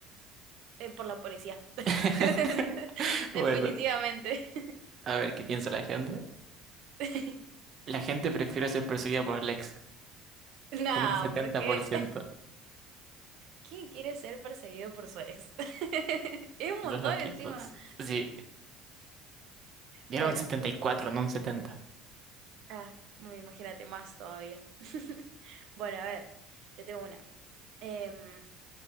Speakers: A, on the right; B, on the right.
A: eh, por la policía. <laughs>
B: <laughs> Bueno,
A: Definitivamente.
B: a ver qué piensa la gente.
A: <laughs>
B: La gente prefiere ser perseguida por Lex
A: No,
B: con un setenta
A: ¿por qué?
B: por ciento,
A: ¿Quién quiere ser perseguido por su ex? <laughs> Es un
B: Los
A: montón
B: loquitos.
A: encima.
B: Sí, y
A: Bueno,
B: era un 74, no un 70.
A: ah, bueno, imagínate más todavía. <laughs> Bueno, a ver, yo tengo una. Em,